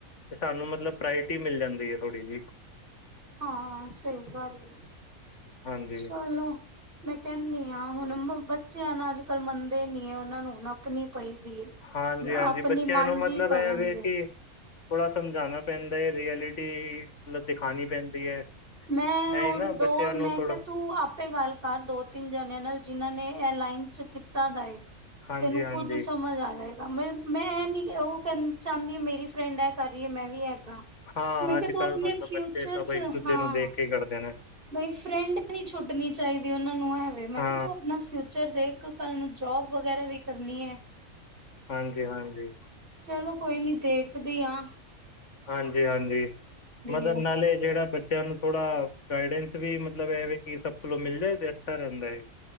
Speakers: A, on the left; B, on the right.
A: ਤੇ ਸਾਨੂੰ ਮਤਲਬ ਪ੍ਰਾਇਰਟੀ ਮਿਲ ਜਾਂਦੀ ਹੈ ਥੋੜ੍ਹੀ ਜਹੀ
B: ਹਾਂ ਸਹੀ ਗੱਲ ਹੈ
A: ਹਾਂਜੀ
B: ਚੱਲੋ ਮੈਂ ਕਹਿੰਦੀ ਹਾਂ ਹੁਣ ਬੱਚਿਆਂ ਨਾਲ ਅੱਜ ਕੱਲ੍ਹ ਮੰਨਦੇ ਨੀ ਹੈ ਉਹਨਾਂ ਨੂੰ ਹੁਣ ਆਪਣੀ ਪਈ ਦੀ ਏ
A: ਹਾਂਜੀ ਹਾਂਜੀ
B: ਆਪਣੀ
A: ਬੱਚਿਆਂ
B: ਮਨ
A: ਨੂੰ ਮਤਲਬ
B: ਦੀ ਕਰਨਗੇ।
A: ਇਹਵੇ ਕਿ ਥੋੜ੍ਹਾ ਸਮਝਾਉਣਾ ਪੈਂਦਾ ਹੈ ਰੀਐਲਿਟੀ ਮਤਲਬ ਦਿਖਾਉਣੀ ਪੈਂਦੀ ਹੈ
B: ਮੈਂ ਉਹ
A: ਐ ਨਾ
B: ਦੋ
A: ਬੱਚਿਆਂ
B: ਮੈਂ
A: ਨੂੰ ਥੋੜਾ
B: ਕਿਹਾ ਤੂੰ ਆਪ ਆਪੇ ਗੱਲ ਕਰ ਦੋ ਤਿੰਨ ਜਣਿਆਂ ਨਾਲ ਜਿਨ੍ਹਾਂ ਨੇ ਲਾਈਨ ਚ ਕੀਤਾ ਦਾਏ
A: ਹਾਂਜੀ
B: ਤੈਨੂੰ
A: ਹਾਂਜੀ
B: ਖੁਦ ਸਮਝ ਆ ਜਾਏ ਰਮੇ ਮੈਂ ਐ ਨੀ ਓਹ ਕੇ ਚਾੰਦੀ ਮੇਰੀ ਫਰੈਂਡ ਐ ਕਰ ਰੀ ਏ ਮੈਂ ਵੀ ਐ ਕਰਾਂ।
A: ਹਾਂ
B: ਮੈਂ ਕਿਆ
A: ਅੱਜ
B: ਤੂੰ
A: ਕੱਲ੍ਹ
B: ਅਪਣੇ
A: ਮਤਲਬ
B: ਫਿਊਚਰ
A: ਬੱਚੇ ਸਭ
B: ਚ
A: ਇੱਕ ਦੂਜੇ
B: ਹਾਂ,
A: ਨੂੰ ਦੇਖ ਕੇ ਕਰਦੇ ਨੇ
B: ਬਈ ਫਰੈਂਡ ਨੀ ਛੁੱਟਣੀ ਚਾਹੀਦੀ ਓਹਨਾਂ ਨੂੰ ਐਵੇਂ ਮੈਂ
A: ਹਾਂ
B: ਕਿਹਾ ਤੂੰ ਅਪਣਾ ਫਿਊਚਰ ਦੇਖ ਕੱਲ ਨੂੰ ਜੋਬ ਵਗੈਰਾ ਵੀ ਕਰਨੀ ਐ।
A: ਹਾਂਜੀ ਹਾਂਜੀ।
B: ਚਲੋ ਕੋਈ ਨੀ ਦੇਖਦੀ ਆਂ।
A: ਹਾਂਜੀ ਹਾਂਜੀ, ਮਤਲਬ
B: ਏ।
A: ਨਾਲੇ ਜੇੜਾ ਾਨੂੰ ਥੋੜ੍ਹਾ ਗਾਈਡੈਂਸ ਵੀ ਮਤਲਬ ਇਹਵੇ ਕਿ ਸਭ ਕੋਲੋਂ ਮਿਲ ਜਾਏ ਤੇ ਅੱਛਾ ਰਹਿੰਦਾ ਹੈ